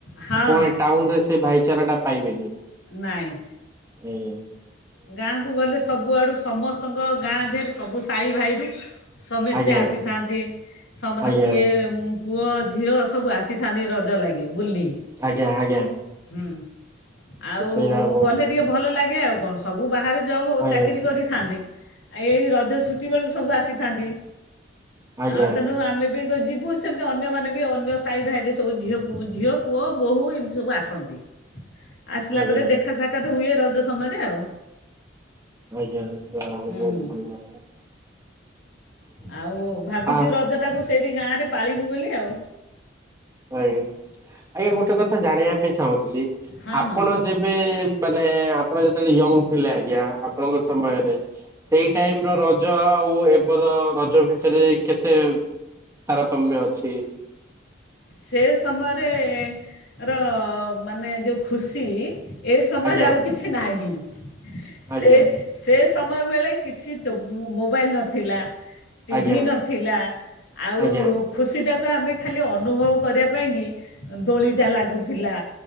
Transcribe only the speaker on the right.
ଆପଣ
ଏ ଟାଉନ ରେ ସେ ସେ ଭାଇଚାରା ଟା ପାଇବେନି।
ହୁଁ।
ଆଜ୍ଞା ଆଜ୍ଞା।
ଆଜ୍ଞା।
ଆଜ୍ଞା ଆଜ୍ଞା
ତ ସେଇଟା ବହୁତ
ଆଜ୍ଞା
ଆଜ୍ଞା
ଆଜ୍ଞା।
ଆଜ୍ଞା। ଯାହା ହଉ ଆଉ
ବହୁତ୍
ଭଲ ଲାଗିଲା।
ଆ
ଆଜ୍ଞା। ଆଜ୍ଞା ଗୋଟେ କଥା ଜାଣିବା ପାଇଁ ଚାହୁଁଥିଲି।
ଆପଣ
ଯେମ ଏବେ ମାନେ ଆପଣ ଯେତେବେଳେ ୟଙ୍ଗ ଥିଲେ। ଆଜ୍ଞା ଆପଣଙ୍କ ସମୟରେ ସେଇ ଟାଇମ୍ ର ରଜ ଆଉ ଏବର ରଜ ଭିତରେ କେତେ ତାରତମ୍ୟ ଅଛି?
ଆଜ୍ଞା
ଆଜ୍ଞା
ଆଜ୍ଞା
ଆଜ୍ଞା